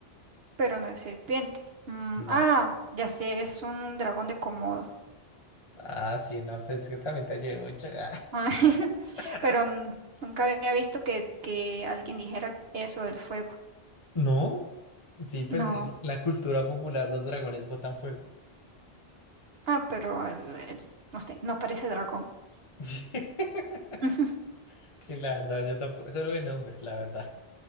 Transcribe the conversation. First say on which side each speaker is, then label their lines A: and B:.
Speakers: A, on the right; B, on the left.
A: pero no es serpiente. Mm,
B: No.
A: ah, ya sé, es un dragón de Komodo.
B: Ah, sí, no, pues es que también te ayudé mucho. <laughs>
A: Ah, <laughs>
B: Ah.
A: Pero n- nunca había visto que, que alguien dijera eso del fuego.
B: No, sí, pues
A: No.
B: en la cultura popular, los dragones botan fuego.
A: Ah, pero el- el- no sé, no parece dragón.
B: <laughs>
A: <laughs>
B: Sí, la verdad, yo tampoco, solo de nombre, la verdad.